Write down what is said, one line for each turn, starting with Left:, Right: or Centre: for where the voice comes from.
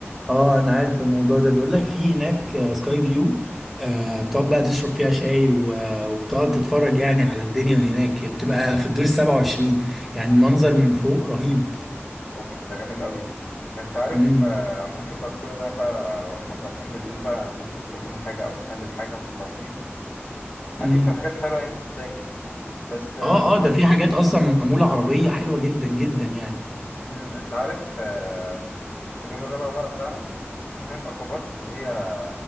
Centre: اه انا عارف الموضوع ده بيقول لك في هناك آه، سكاي فيو آه، بتقعد بقى تشرب فيها شاي و- آه، وبتقعد تتفرج يعني على الدنيا هناك بتبقى في الدور السبعة وعشرين يعني المنظر من فوق رهيب
Left: اوف ده جامد قوي انت عارف
Centre: مم.
Left: آه، ممكن بعد كل ده بقى واحنا مروحين بالليل بقى ممكن ناكل لنا حاجه او نحلي بحاجه واحنا مروحين اكيد
Centre: مم.
Left: في حاجات حلوه يعني تتاكل بس
Centre: اه اه ده في حاجات اصلا معموله عربيه حلوه جدا جدا يعني
Left: امم انت عارف آه، في اليوم الرابع بقى بتاعنا في هناك اكوا بارك اللي هي